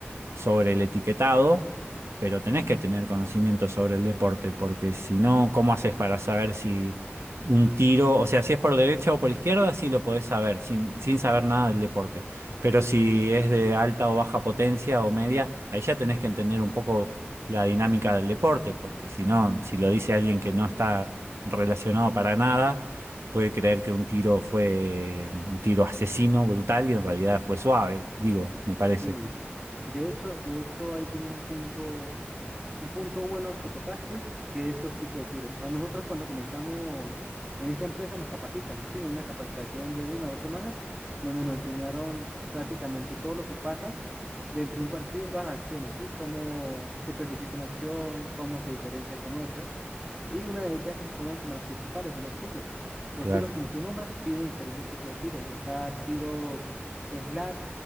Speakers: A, on the right; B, on the right.
A: sobre el etiquetado, pero tenés que tener conocimiento sobre el deporte, porque si no, ¿cómo haces para saber si un tiro, o sea, si es por derecha o por izquierda, sí lo podés saber, sin, sin saber nada del deporte. Pero si es de alta o baja potencia o media, ahí ya tenés que entender un poco la dinámica del deporte, porque si no, si lo dice alguien que no está relacionado para nada, puede creer que un tiro fue un tiro asesino, brutal, y en realidad fue suave, digo, me parece.
B: Sí, de hecho, de hecho ahí tiene un punto, un punto bueno que tocaste, que es los tipos de tiros. A nosotros cuando comenzamos en esta empresa nos capacitan, sí, nos dio una capacitación de una o dos semanas donde nos enseñaron prácticamente todo lo que pasa dentro de un partido todas las acciones, ¿sí? Cómo se clasifica una acción, cómo se diferencia con otras. Y una de ellas, que fueron como las principales, son los tiros. Los
A: Claro.
B: tiros, como tú nombras, tiene diferentes tipos de tiros. Está tiros slat,